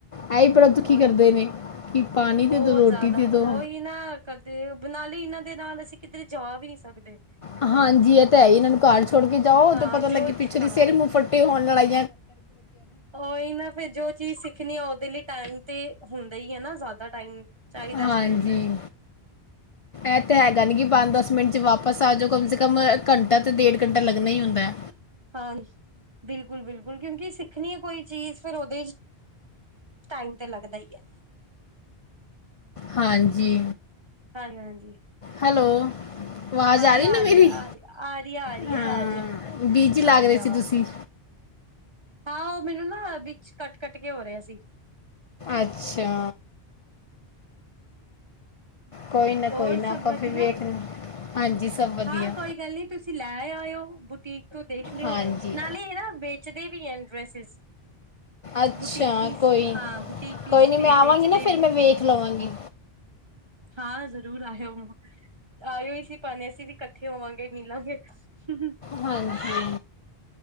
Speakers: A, on the left; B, on the right.
A: ਐਹੀ ਬੜਾ ਦੁਖੀ
B: ਉਹੀ
A: ਕਰਦੇ ਨੇ। ਕਿ ਪਾਣੀ
B: ਬਹੁਤ
A: ਦੇ ਦਿਓ ਰੋਟੀ
B: ਜ਼ਿਆਦਾ,
A: ਦੇ ਦਿਓ
B: ਉਹੀ ਨਾ ਕਰਦੇ, ਬਨਾਲੇ ਇਹਨਾਂ ਦੇ ਨਾਲ ਅਸੀਂ ਕਿੱਧਰ ਜਾ ਵੀ ਨਹੀਂ ਸਕਦੇ।
A: ਹਾਂਜੀ, ਇਹ ਤਾਂ ਹੈ, ਇਹਨਾਂ ਨੂੰ ਘਰ ਛੋੜ ਕੇ ਜਾਓ, ਉਹ
B: ਹਾਂ
A: ਤੇ ਪਤਾ ਲੱਗੇ
B: ਜੋ
A: ਪਿੱਛੇ ਦੀ
B: ਹਾਂ
A: ਸਿਰ ਮੂੰਹ ਫੱਟੇ ਹੋਣ ਲੜਾਈ
B: ਕੋਈ ਨਾ, ਫਿਰ ਜੋ ਚੀਜ਼ ਸਿੱਖਣੀ ਆ ਉਹਦੇ ਲਈ ਟਾਈਮ ਤੇ ਹੁੰਦਾ ਹੀ ਹੈ ਨਾ, ਜ਼ਿਆਦਾ ਟਾਈਮ ਚਾਹੀਦਾ
A: ਹਾਂਜੀ।
B: ਸਾਨੂੰ
A: ਇਹ ਤੇ ਹੈਗਾ ਨੀ ਕਿ ਪੰਜ ਦਸ ਮਿੰਟ ਚ ਵਾਪਸ ਆ ਜਾਓ, ਕਮ ਸੇ ਕਮ ਘੰਟੇ ਇਹ। ਤਾਂ ਡੇਢ ਘੰਟਾ ਲੱਗਣਾ ਹੀ ਹੁੰਦਾ।
B: ਹਾਂਜੀ, ਬਿਲਕੁਲ -ਬਿਲਕੁਲ ਕਿਉਂਕਿ ਸਿੱਖਣੀ ਹੈ ਕੋਈ ਚੀਜ਼ ਫੇਰ ਉਹਦੇ ਟਾਈਮ ਤੇ ਲੱਗਦਾ ਹੀਏ।
A: ਹਾਂਜੀ।
B: ਹਾਂਜੀ- ਹਾਂਜੀ!
A: ਹੈਲੋ। ਆਵਾਜ਼
B: ਹਾਂਜੀ, ਆ
A: ਨਾ
B: ਰਹੀ
A: ਮੇਰੀ
B: ਹੈ -ਆ ਰਹੀ -ਆ ਰਹੀ -ਆ ਰਹੀ
A: ਹਾਂ
B: ਹੈ -ਆ ਰਹੀ ਹੈ!
A: ਬੀਜੀ ਲਗ
B: ਆ ਰਹੀ
A: ਰਹੇ
B: ਆਵਾਜ਼
A: ਸੀ ਤੁਸੀਂ,।
B: ਤੁਹਾਡੀ ਹਾਂ ਉਹ ਮੈਨੂੰ ਨਾ ਵਿੱਚ ਕੱਟ ਕੱਟ ਕੇ ਹੋ ਰਿਹਾ ਸੀ।
A: ਅੱਛਾ। ਕੋਈ ਨਾ
B: ਹੋਰ
A: -ਕੋਈ ਨਾ
B: ਸਭ
A: ਆਪਾਂ
B: ਵਧੀਆ
A: ਫਿਰ ਵੇਖ ਹਾਂਜੀ ਸਭ ਵਧੀਆ
B: ਹਾਂ ਕੋਈ ਗੱਲ ਨਹੀਂ ਤੁਸੀਂ ਲੈ ਆਇਓ, ਬੁਟੀਕ ਤੋਂ ਦੇਖ ਲਿਓ
A: ਹਾਂਜੀ
B: ਨਾਲੇ ਨਾ ਬੇ ਚਦੇ ਵੀ ਐਨ ਡ੍ਰੈਸਿਸ।
A: ਅੱਛਾ
B: ਬੁਟੀਕ ਪੀਸ,
A: ਕੋਈ
B: ਹਾਂ ਬੁਟੀਕ ਪੀਸ
A: ਕੋਈ ਨਹੀਂ
B: ਭੇ
A: ਮੈਂ ਆਵਾਂਗੀ
B: ਬੇਚਦੇ
A: ਨਾ ਫਿਰ
B: ਵੀ
A: ਮੈਂ
B: ਏ।
A: ਵੇਖ ਲਵਾਂਗੀ।
B: ਹਾਂ ਜ਼ਰੂਰ ਆਇਓ। ਆਇਓ, ਇਸੀ ਭਾਨੇ ਅਸੀਂ ਵੀ ਕੱਠੇ ਹੋਵਾਂਗੇ, ਮਿਲਾਂਗੇ ਹੂੰ
A: ਹਾਂਜੀ।